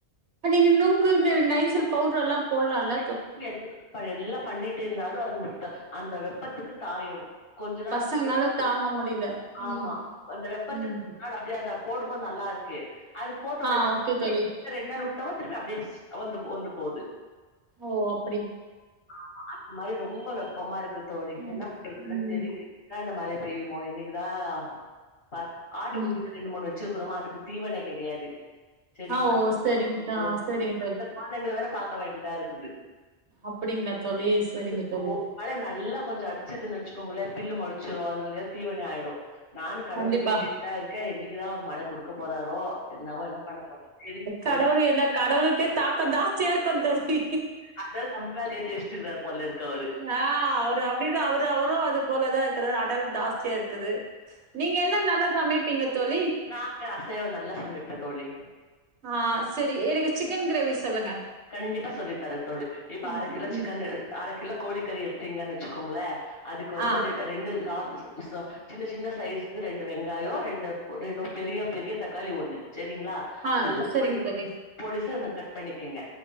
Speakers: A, on the right (about 90°); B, on the left (about 60°).
A: நீங்க நொங்கு இந்த நைசில் பவுடர் எல்லா போட்லால்ல
B: <unintelligible> எல்லா பண்ணிட்டு இருந்தாலு அந்த அந்த வெப்பத்துக்கு தாயும் கொஞ்ச நாள்
A: பசங்கனால
B: <unintelligible>
A: தாங்க முடில
B: ஆமா
A: ம்
B: அந்த வெப்பத்துக்கு
A: ம் ம்
B: அப்டியே அத போடும்போது நல்லா இருக்கு அதுக்கு போட்டு ஒரு
A: ஆ
B: ரெண்டு <unintelligible>
A: ஓகே தோழி
B: ரெண்டு நாள் வுட்டு திருப்பி அப்படியே வந்து வந்து போவுது
A: ஓ அப்
B: ஆமா அது மாரி ரொம்ப வெப்பமா இருக்கு தோழி
A: ம்
B: என்ன பண்றதுன்னு
A: ம்
B: தெரியல என்னைக்கிதா இந்த மழ பெய்யுமோ என்னைக்கிதா ப ஆட்டு
A: ம்.
B: குட்டி ரெண்டு மூணு வச்சி வச்சிக்கறோமா அதுக்கு தீவணை கெடையாது செரிங்களா
A: ஆ ஓ சரிங்க
B: <unintelligible>
A: ஆ சரிங்க
B: பாக்க வேண்டியதா இருக்குது
A: அப்படிங்களா தோழி சரிங்க
B: இப்போ
A: தோழி
B: ஒரு மழ நல்லா கொஞ்ச அடிச்சிதுன்னு வச்சிக்கோங்களே பில்லு மொளைச்சிடும் அதுங்களுக்கு தீவணை ஆயிடும் நானு கடவுள்ல
A: கண்டிப்பா.
B: வேண்டிக்கிட்டு தா இருக்கே என்னைக்கிதா ஒரு மழ குடுக்க போறாரோ என்னாவோ என்ன பண்ண போறது தெரியல
A: கடவுள்
B: தோழி
A: என்ன கடவுளுக்கே தாக்கம் ஜாஸ்தியா இருக்கு தோழி
B: அத <unintelligible> டேஷ்டு இருக்காரு போலருக்கு அவரு
A: அ அவரு அப்டிதா அவரு அவரு அது போலதா இருக்றாரு அடல் ஜாஸ்தியா இருக்குது நீங்க என்ன நல்லா சமைப்பீங்க தோழி
B: நா அசைவோ நல்லா சமைப்பே தோழி
A: அ செரி எனக்கு சிக்கன் கிரேவி சொல்லுங்க
B: கண்டிப்பா சொல்லித் தரே தோழி இப்ப
A: ம்,
B: அரகிலோ சிக்கன்
A: ம்.
B: எடு அர கிலோ கோழிக்கறி எடுத்தீங்கன்னு வச்சுக்கோங்ளே அதுக்கு வந்து
A: ஆ,
B: ரெண் ரெண்டு நார் ச சின்ன சின்ன சைஸ்க்கு ரெண்டு வெங்காயோ ரெண்டு ரெண்டு பெரிய பெரிய தக்காளி ஒண்ணு செரிங்களா
A: ஆ
B: நல்லா
A: சரிங்க
B: பொடி
A: தோழி.
B: பொடிசு கட் பண்ணிக்கங்க